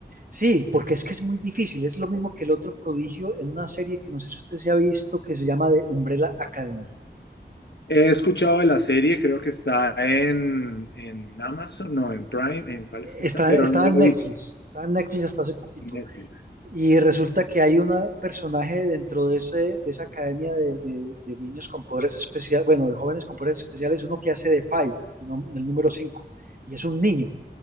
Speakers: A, on the right; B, on the left.
A: sí, porque es que es muy difícil, es lo mismo que el otro prodigio en una serie que no sé si usted se ha visto, que se llama The Umbrella Academy.
B: He escuchado de la serie, creo que está en, en Amazon, no, en Prime, ¿en cuál es que
A: Está,
B: está? Pero
A: estaba
B: no la
A: en Netflix,
B: vi
A: estaba en Netflix hasta hace poquito
B: en Netflix.
A: Y resulta que hay un personaje dentro de, ese, de esa academia de, de- de niños con poderes especiales, bueno, de jóvenes con poderes especiales, uno que hace de Five, el nom- el número 5 y es un niño,